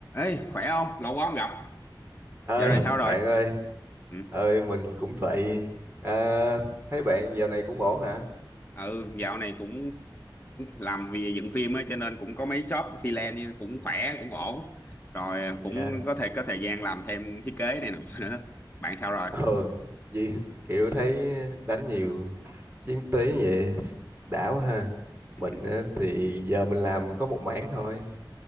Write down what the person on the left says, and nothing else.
Ê, khỏe không? Lâu quá không gặp.
Dạo này sao rồi?
Ừ,
ừ dạo này cũng làm việc dựng phim á cho nên cũng có mấy job freelance cũng khỏe, cũng ổn. Rồi à,
cũng có thể có thời gian làm thêm thiết kế này nọ <laughs> nữa. Bạn sao rồi?
<laughs>